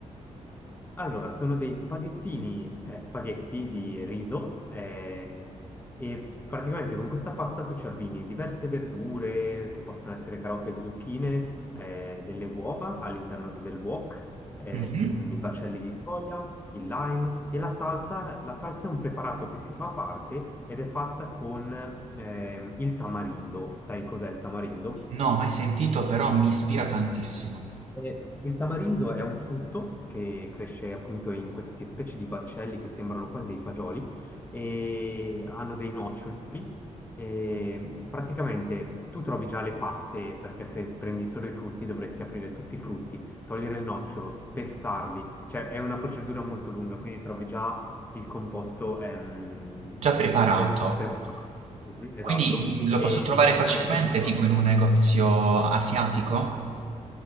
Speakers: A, on the left; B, on the right.
A: Allora, sono dei spaghettini, eh, spaghetti di riso eh, e praticamente con questa pasta tu ci abbini diverse verdure che possono essere carote e zucchine, eh, delle uova all'interno del wok, eh,
B: Mhm.
A: mm, i baccelli di soia, il lime e la salsa. La salsa è un preparato che si fa a parte ed è fatta con ehm, il tamarindo. Sai cos'è il tamarindo?
B: No, mai sentito, però mi ispira tantissimo.
A: Eh, Il tamarindo è un frutto che cresce appunto in queste specie di baccelli che sembrano quasi dei fagioli e hanno dei noccioli. E praticamente tu trovi già le paste perché se prendi solo i frutti dovresti aprire tutti i frutti, togliere il nocciolo, pestarli, cioè è una procedura molto lunga, quindi trovi già il composto ehm,
B: Già preparato.
A: pre- preparato. Mhm,
B: Quindi
A: Esatto,
B: mm, lo
A: e
B: posso trovare
A: praticamente
B: facilmente, tipo
A: fa.
B: in un negozio asiatico?